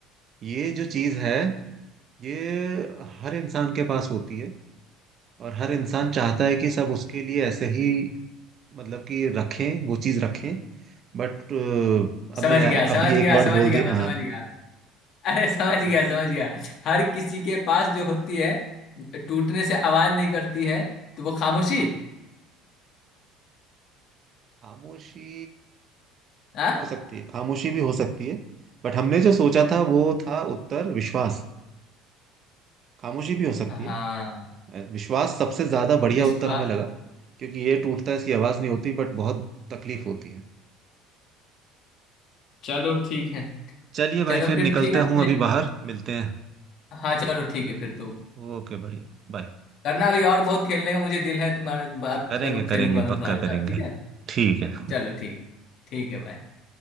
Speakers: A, on the right; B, on the left.
A: ये जो चीज है ये हर इंसान के पास होती है और हर इंसान चाहता है कि सब उसके लिए ऐसे ही मतलब कि रखें वो चीज रखें बट अब
B: समझ
A: मैं यार
B: गया समझ
A: अभी
B: गया
A: एक वर्ड
B: समझ
A: बोल
B: गया
A: दिया
B: मैं समझ
A: हाँ
B: गया अरे समझ गया
A: बताइए
B: समझ गया हर किसी के पास जो होती है टूटने से आवाज नहीं करती है तो वो खामोशी
A: खामोशी
B: हाँ
A: हो सकती है खामोशी भी हो सकती है बट हमने जो सोचा था वो था उत्तर विश्वास खामोशी भी हो सकती
B: हाँ
A: है विश्वास सबसे ज्यादा बढ़िया
B: विश्वास
A: उत्तर हमें लगा क्योंकि ये टूटता है इसकी आवाज नहीं होती बट बहुत तकलीफ होती है
B: चलो ठीक है
A: चलिए भाई
B: चलो
A: फिर
B: फिर
A: निकलते
B: ठीक है तो
A: हूँ
B: मुझे
A: अभी बाहर मिलते हैं
B: हाँ चलो ठीक है फिर तो
A: ओके बढ़िया बाय
B: करना अभी और बहुत खेलने का मुझे दिल है तुम्हारे बात
A: करेंगे
B: करूँ खेलूंगा
A: करेंगे
B: मैं
A: पक्का
B: तुम्हारे साथ
A: करेंगे
B: ठीक है
A: ठीक है
B: चलो ठीक ठीक है भाई